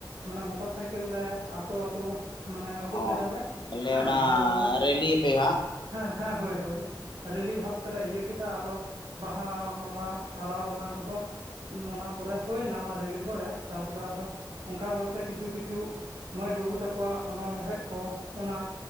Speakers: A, on the right (about 85°); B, on the left (about 75°).
A: ᱢᱟᱱᱮ ᱢᱚᱴᱚᱨ ᱥᱟᱭᱠᱮᱞ ᱜᱮ ᱟᱹᱛᱳ ᱟᱹᱛᱳ ᱢᱟᱱᱮ ᱩᱰᱩᱠ
B: ᱚ
A: ᱞᱮᱫᱟᱞᱮ,
B: ᱵᱚᱞᱮ
A: ᱦᱮᱸ
B: ᱚᱱᱟ
A: ᱟᱫᱚ ᱚᱱᱟ
B: ᱨᱮᱞᱤᱭᱟᱯᱮ ᱦᱟᱸᱜ
A: ᱦᱮᱸ ᱦᱮᱸ ᱦᱳᱭ ᱦᱳᱭ ᱾ ᱨᱮᱞᱤ ᱵᱷᱟᱵ ᱛᱮᱞᱮ ᱤᱭᱟᱹ ᱠᱮᱫᱟ ᱟᱨᱚ ᱵᱟᱦᱟ ᱢᱟᱞᱟ ᱟᱨᱟᱣ ᱚᱱᱟ ᱠᱚᱫᱚ ᱚᱱᱟ ᱯᱚᱨᱮ ᱦᱩᱭᱱᱟ ᱚᱱᱟ ᱨᱤᱞᱤ ᱯᱚᱨᱮ ᱛᱟᱨᱯᱚᱨᱮ ᱟᱫᱚ ᱚᱱᱠᱟ ᱠᱟᱛᱮ ᱠᱤᱪᱷᱩ ᱠᱤᱪᱷᱩ ᱢᱟᱹᱭ ᱵᱟᱹᱵᱩ ᱛᱟᱠᱚᱣᱟᱜ ᱚᱱᱚᱲᱦᱮᱸ ᱠᱚ ᱚᱱᱟ